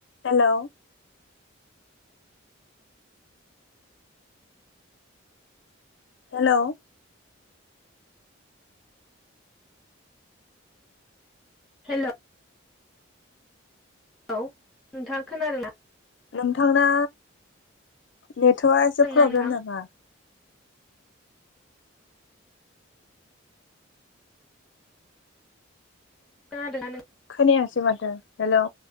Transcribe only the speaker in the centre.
hello औ नोंथाङा खोनादोंना
खोनादोंना
नोंथां
खोनादोंना नों